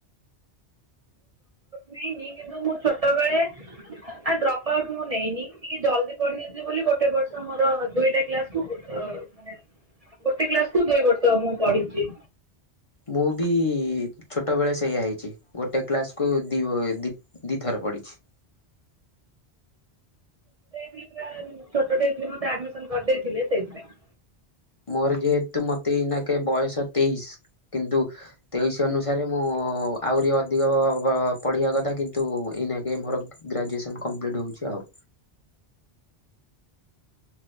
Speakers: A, on the right; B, on the left.
A: ନାଇଁ ନାଇଁ, କିନ୍ତୁ ମୁଁ ଛୋଟ ବେଳେ ଆ ଡ୍ରପ୍ ଆଉଟ ମୁଁ ନେଇନି। ଟିକେ ଜଲଦି କରିଦେଇଥିଲି ବୋଲି ଗୋଟେ ବର୍ଷ ମୋର ଦୁଇଟା କ୍ଲାସ୍ କୁ ଅ ମାନେ ଗୋଟେ କ୍ଲାସକୁୁ ଦୁଇ ବର୍ଷ ମୁଁ ପଢିଛି।
B: ମୁଁ ବି ଛୋଟବେଳେ ସେୟା ହେଇଛି। ଗୋଟେ କ୍ଲାସକୁୁ ଦିବ ଦି ଦିଥର ପଡ଼ିିଚି। <inaudible>
A: <unintelligible> ଛୋଟଟେ ଥିଲି ମତେ ଆଡ୍ମିସନ କରିଦେଇଥିଲେ ସେଇଥି ପାଇଁ।
B: ମୋର ଯେହେତୁ ମତେ ଏଇନାକେ ବୟସ ତେଇଶି କିନ୍ତୁ ତେଇଶି ଅନୁସାରେ ମୁଁ ଆହୁରି ଅଧିକ ଅ ଅ ପଢିବା କଥା, କିନ୍ତୁ ଏଇନାକେ ମୋର ଗ୍ରାଜୁଏସନ୍ କମ୍ପ୍ଲିଟ୍ ହଉଚି ଆଉ।